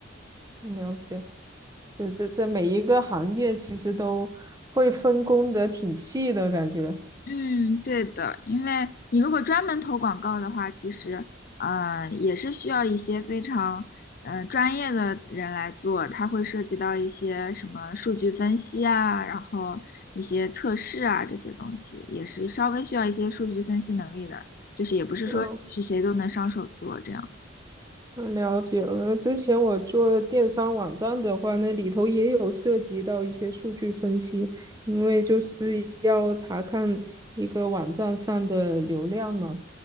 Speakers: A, on the right (about 20°); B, on the left (about 45°).
A: 了解。这这这每一个行业其实都会分工的挺细的感觉。
B: 嗯，对的，因为你如果专门投广告的话，其实呃也是需要一些非常呃专业的人来做，它会涉及到一些什么数据分析啊，然后一些测试啊这些东西，也是稍微需要一些数据分析能力的，就是也不是说是谁都能上手做这样。
A: 嗯。嗯，了解了。之前我做电商网站的话，那里头也有涉及到一些数据分析，因为就是要查看一个网站上的流量嘛，